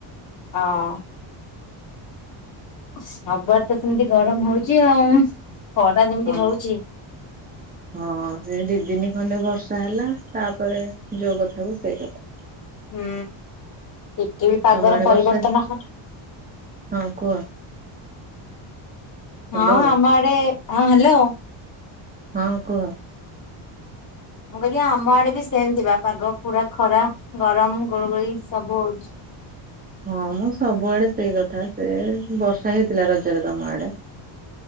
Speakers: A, on the left; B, on the right.
A: ହଁ, ସବୁଆଡ଼େ, ତ ସେମିତି ଗରମ ହଉଛି, ଆଉ। ଖରା ଯେମିତି
B: ହଁ,
A: ହଉଛି।
B: ହଁ, ସେ ଦି, ଦିନି ଖଣ୍ଡେ ବର୍ଷ ହେଲା, ତାପରେ ଯୋଉ କଥା, କୁ ସେଇ କଥା।
A: ହୁଁ, ଟିକେ ବି ପାଗର
B: ତମ ଆଡେ
A: ପରିବର୍ତ୍ତନ,
B: ବର୍ଷା
A: ହ
B: ହଁ କୁହ ହ୍ୟାଲୋ
A: ହଁ, ଆମଆଡେ ହଁ, ହ୍ୟାଲୋ।
B: ହଁ, କୁହ।
A: ମୁଁ, କହିଲି ଆମ ଆଡେ, ବି ସେମିତି ବା ପାଗ ପୁରା ଖରାପ, ଗରମ, ଗୁଳୁଗୁଳି, ସବୁ ହଉଛି।
B: ହଁ, ମ ସବୁଆଡେ ସେଇ କଥା ୲ ସେ ବର୍ଷା ହେଇଥିଲା, ରଜରେ ତମ ଆଡେ?